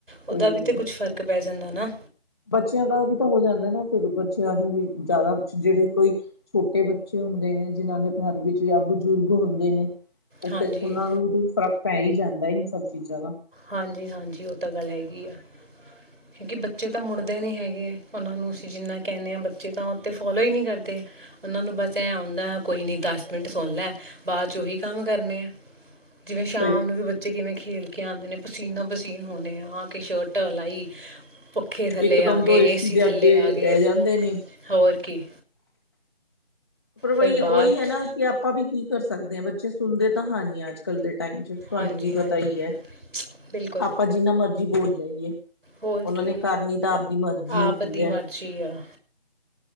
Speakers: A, on the right; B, on the left.
A: ਉਹਦਾ
B: ਸਹੀ
A: ਵੀ
B: ਗੱਲ
A: ਤਾਂ
B: ਹੈ।
A: ਕੁਛ ਫਰਕ ਪੈ ਜਾਂਦਾ ਨਾ
B: ਬੱਚਿਆਂ ਦਾ ਵੀ ਤਾਂ ਹੋ ਜਾਂਦਾ ਨਾ। ਫਿਰ ਬੱਚਿਆਂ ਨੂੰ ਵੀ ਜ਼ਿਆਦਾ, ਜਿਹੜੇ ਕੋਈ ਛੋਟੇ ਬੱਚੇ ਹੁੰਦੇ ਨੇ ਜਿਹਨਾਂ ਦੇ ਘਰ ਵਿੱਚ, ਜਾਂ ਬਜ਼ੁਰਗ ਹੁੰਦੇ ਨੇ <inaudible> ਉਹ
A: ਹਾਂਜੀ
B: ਤੇ ਉਹਨਾਂ ਨੂੰ ਵੀ ਫ਼ਰਕ ਪੈ ਹੀ ਜਾਂਦਾ ਇਨ ਸਭ ਚੀਜ਼ਾਂ ਦਾ <inaudible>
A: ਹਾਂਜੀ-ਹਾਂਜੀ। ਉਹ ਤਾਂ ਗੱਲ ਹੈਗੀ ਆ। ਹੈ ਕਿ ਬੱਚੇ ਤਾਂ ਮੁੜ ਦੇ ਨੀ ਹੈਗੇ। ਉਹਨਾਂ ਨੂੰ ਅਸੀਂ ਜਿੰਨਾ ਕਹਿੰਦੇ ਹਾਂ, ਬੱਚੇ ਤਾਂ ਉਹ ਤੇ ਫੋਲੋ ਹੀ ਨਹੀਂ ਕਰਦੇ। ਉਹਨਾਂ ਨੂੰ ਬਸ ਐ ਆਉਂਦਾ ਕੋਈ ਨੀ ਦਸ ਮਿੰਟ ਸੁਣ ਲੈ ਬਾਅਦ ਚ ਉਹੀ ਕੰਮ ਕਰਨੇ ਆ। ਜਿਵੇਂ ਸ਼ਾਮ
B: ਸਹੀ
A: ਨੂੰ ਵੀ ਬੱਚੇ ਕਿਵੇਂ ਖ ਖੇਲ ਕੇ ਆਉਂਦੇ ਨੇ ਪਸੀਨਾ ਪਸੀਨ ਹੂਨੇ ਆ। ਆ ਕੇ ਸ਼ਰਟ ਲਾਈ ਪੱਖੇ ਥੱਲੇ
B: ਇਕ ਦਮ
A: ਆ ਗਏ
B: ਤੋਂ ਏ ਸੀ
A: ਏਸੀ ਥੱਲੇ
B: ਦੇ ਅੱਗੇ
A: ਆ ਗਏ
B: ਬਹਿ ਜਾਂਦੇ ਨੇ
A: ਹੋਰ ਕੀ
B: ਪਰ
A: ਫਿਰ
B: ਵਈ ਉਹੀ
A: ਬਾਅਦ
B: ਐ
A: 'ਚ-
B: ਨਾ ਕਿ ਆਪਾਂ ਵੀ ਕੀ ਕਰ ਸਕ ਸਕਦੇ ਆ, ਬੱਚੇ ਸੁਣਦੇ ਤਾਂ ਹਾ ਨੀ ਅੱਜ-ਕੱਲ ਦੇ। ਟਾਈਮ ਚ, ਤੁਹਾਨੂੰ
A: ਹਾਂਜੀ
B: ਵੀ
A: ਹਾਂਜੀ
B: ਪਤਾ ਹੀ ਹੈ।
A: ਬਿਲਕੁਲ
B: ਆਪਾਂ ਜਿੰਨਾ ਮਰਜੀ ਬੋਲ ਲਈਏ
A: ਹੋਰ
B: ਉਹਨਾਂ
A: ਕੀ
B: ਨੇ ਕਰਨੀ ਤਾਂ ਆਪਦੀ ਮਰਜ਼ੀ ਹੁੰਦੀ
A: ਆਪ ਦੀ ਮਰਜ਼ੀ
B: ਹੈ।
A: ਆ